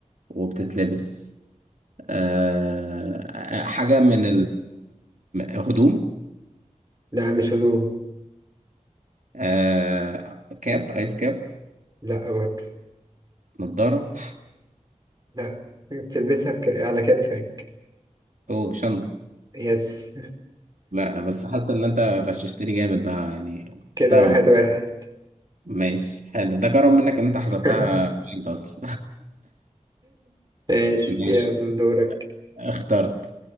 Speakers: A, on the right (about 75°); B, on the right (about 30°).
A: وبتتلبس آه حاجة من الهدوم
B: لأ مش هدوم
A: آه كاب ايس كاب
B: لأ برضه
A: نضارة
B: لا بتلبسها في ك... على كتفك
A: او شنطة
B: يس
A: لا بس حاسة ان انت غششتني جامد بقى يعني
B: كده
A: طيب
B: واحد واحد
A: ماشي حلو ده كرم منك ان انت حسبتها
B: <laughs>
A: بجد اصلا
B: ماشي
A: <laughs> ماشي
B: يلا دورك
A: اخترت